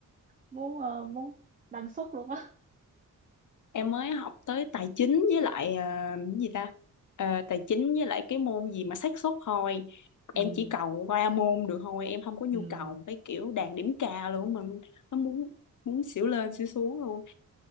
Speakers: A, on the right; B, on the left.
A: muốn ờ, muốn đăng xuất luôn á
B: mới học tới tài chính với lại ờ, cái gì ta Ờ, tài chính với lại cái môn gì mà xác suất thôi
A: ừ,
B: em chỉ cầu qua môn được thôi em không có nhu
A: ừ,
B: cầu cái kiểu đạt điểm cao luôn mà nó muốn muốn xỉu lên xỉu xuống luôn